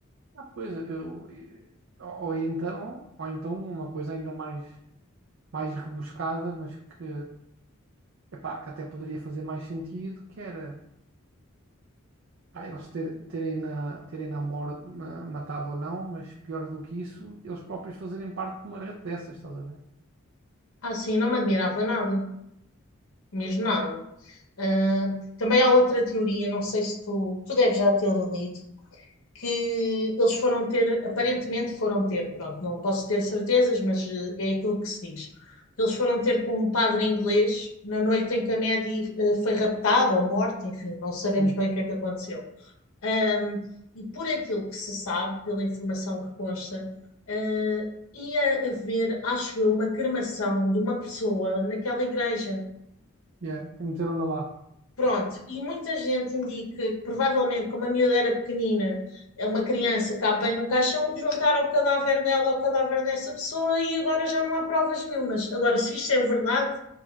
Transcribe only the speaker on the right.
Ah, Pois eu, e- ou então, ou então uma coisa ainda mais, mais rebuscada, mas que Epá, que até poderia fazer mais sentido, que era pá, eles ter- terem na, terem na mor- na- matado ou não, mas pior do que isso, eles próprios fazerem parte de uma rede dessas, estás a ver?
Sim.
Yeah. E meteram-na lá.